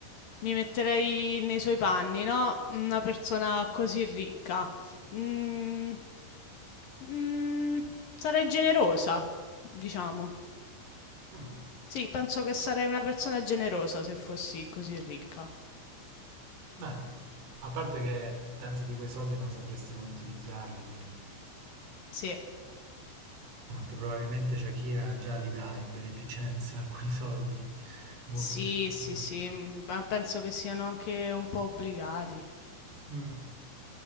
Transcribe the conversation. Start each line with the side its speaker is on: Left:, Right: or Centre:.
Left: mi metterei nei suoi panni, no? Una persona così ricca. Mm, mm, sarei generosa, diciamo.
Right: Mm.
Left: Sì, penso che sarei una persona generosa se fossi così ricca.
Right: Beh, a parte che tanti di quei soldi non sapresti come utilizzarli, quindi
Left: Sì,
Right: molto probabilmente Shakira già li dà in beneficenza <laughs> alcuni soldi. Molto
Left: sì,
Right: sì.
Left: sì,
Right: Mm.
Left: sì, mm, ma penso che siano anche un po' obbligati.
Right: Mm.